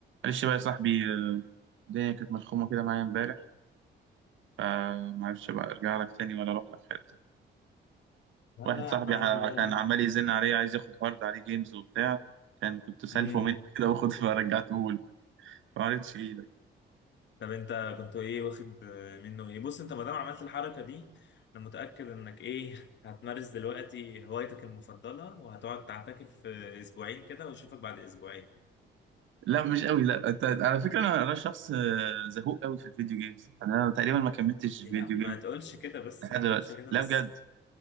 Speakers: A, on the right; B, on the left.
A: معلش بقى يا صاحبي آه، الدنيا كانت ملخومة كده معايا امبارح فمعرفش بقى ارجع لك تاني ولا اروح لك حتة
B: لا
A: واحد
B: لا يا
A: صاحبي
B: عم عادي
A: ع-
B: ولا
A: كان
B: يهمك
A: عمال يزن عليا عايز ياخد هارد عليه جيمز وبتاع كان كنت سالفه
B: امم
A: مني كده واخد فرجعته له ما عرفتش ايدك
B: طب انت كنت ايه واخد منه ايه بص انت ما دام عملت الحركه دي انا متاكد انك ايه <laughs> هتمارس دلوقتي هوايتك المفضله وهتقعد تعتكف اسبوعين كده واشوفك بعد اسبوعين
A: لا مش قوي لا أنت- على فكرة انا انا شخص آه، زهوق قوي في الفيديو جيمز انا تقريبا ما كملتش فيديو
B: إيه يا عم
A: جيم
B: ما تقولش كده بس
A: لحد
B: ما
A: دلوقتي
B: تقولش كده
A: لا
B: بس
A: بجد